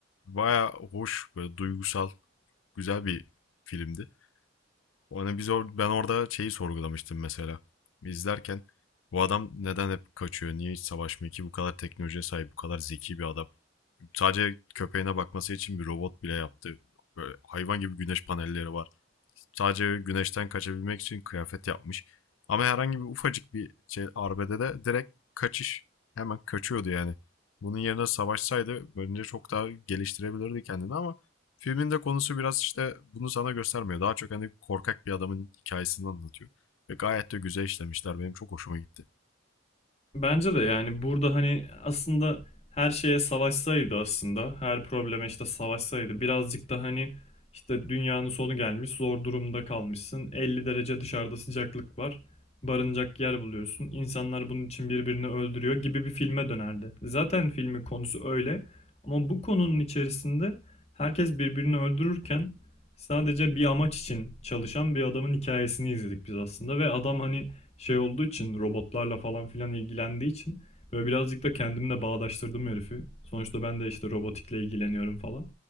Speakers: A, on the left; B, on the left.
A: Baya hoş, böyle duygusal, güzel bir filmdi. Hani biz or ben orada şeyi sorgulamıştım mesela. İzlerken bu adam neden hep kaçıyor? Niye hiç savaşmıyor ki? Bu kadar teknolojiye sahip, bu kadar zeki bir adam. Sadece köpeğine bakması için bir robot bile yaptı. Böyle hayvan gibi güneş panelleri var. Sadece güneşten kaçabilmek için kıyafet yapmış. Ama herhangi bir ufacık bir şey arbedede de direkt kaçış. Hemen kaçıyordu yani. Bunun yerine savaşsaydı bence çok daha geliştirebilirdi kendini ama filmin de konusu biraz işte bunu sana göstermiyor. Daha çok hani korkak bir adamın hikayesini anlatıyor. Ve gayet de güzel işlemişler. Benim çok hoşuma gitti.
B: Bence de yani burada hani aslında her şeye savaşsaydı aslında her probleme işte savaşsaydı birazcık da hani işte dünyanın sonu gelmiş zor durumda kalmışsın 50 derece dışarıda sıcaklık var barınacak yer buluyorsun insanlar bunun için birbirini öldürüyor gibi bir filme dönerdi. Zaten filmin konusu öyle ama bu konunun içerisinde herkes birbirini öldürürken sadece bir amaç için çalışan bir adamın hikayesini izledik biz aslında ve adam hani şey olduğu için robotlarla falan filan ilgilendiği için böyle birazcık da kendimle bağdaştırdım herifi. Sonuçta ben de işte robotikle ilgileniyorum falan.